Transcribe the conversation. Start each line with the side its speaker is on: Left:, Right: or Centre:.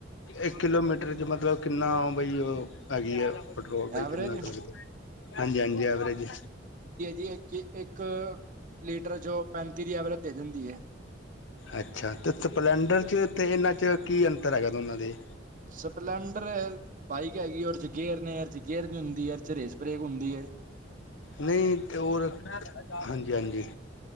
Left: ਇੱਕ ਕਿਲੋਮੀਟਰ ਚ ਮਤਲਬ ਕਿੰਨਾ ਬਈ ਉਹ ਹੈਗੀ ਹੈ? ਪੈਟਰੋਲ ਬਈ
Right: ਐਵਰੇਜ
Left: ਕਿੰਨਾ ਕੁ ਲੱਗਦਾ ਹਾਂਜੀ-ਹਾਂਜੀ ਐਵਰੇਜ।
Right: ਕ ਇੱਕ ਲੀਟਰ ਜੋ ਪੈਂਤੀ ਦੀ ਐਵਰੇਜ ਦੇ ਦਿੰਦੀ ਹੈ।
Left: ਅੱਛਾ ਤੇ ਸਪਲੈਂਡਰ ਚ ਤੇ ਇਹਨਾਂ ਚ ਕੀ ਅੰਤਰ ਹੈਗਾ ਦੋਨਾਂ ਦੇ
Right: ਸਪਲੈਂਡਰ ਬਾਈਕ ਹੈਗੀ ਉਹਦੇ ਚ ਗੇਅਰ ਨੇ ਇਹਦੇ ਚ ਗੇਅਰ ਹੁੰਦੀ ਐ ਚ ਰੇਸਪਰੇਕ ਹੁੰਦੀ ਐ।
Left: ਨਈ ਤੇ ਓਰ ਹਾਂਜੀ-ਹਾਂਜੀ।